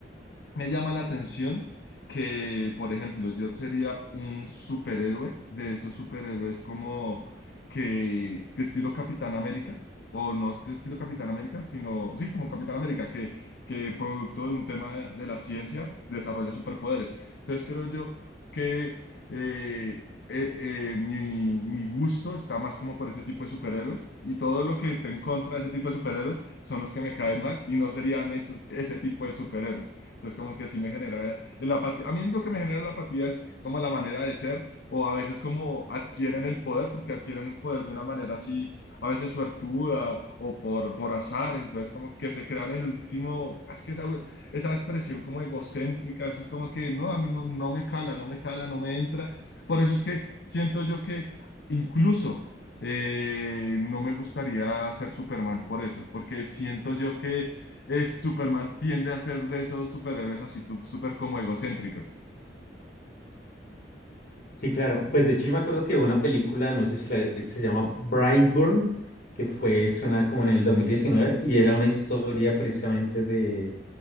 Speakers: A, on the left; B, on the left.
A: Me llama la atención que, por ejemplo, yo sería un superhéroe de esos superhéroes como que, que estilo Capitán América, o no es que estilo Capitán América, sino, sí, como Capitán América, que, que producto de un tema de, de la ciencia desarrolla superpoderes. Entonces creo yo que eh, eh, eh, mi, mi gusto está más como por ese tipo de superhéroes y todo lo que esté en contra de ese tipo de superhéroes son los que me caen mal y no serían esos, ese tipo de superhéroes. Entonces, como que así me genera la apatía. A mí lo que me genera la apatía es como la manera de ser, o a veces como adquieren el poder, porque adquieren el poder de una manera así, a veces suertuda o por, por azar. Entonces, como que se crean el último, es que esa, esa expresión como egocéntrica, eso es como que no, a mí no, no me cala, no me cala, no me entra. Por eso es que siento yo que incluso eh, no me gustaría ser Superman por eso, porque siento yo que es Superman tiende a ser de esos superhéroes así tú, súper como egocéntricos.
B: Sí, claro. Pues de hecho yo me acuerdo que hubo una película, no sé si la viste, se llama Brightburn, que fue estrenada como en el 2019 y era una historia precisamente de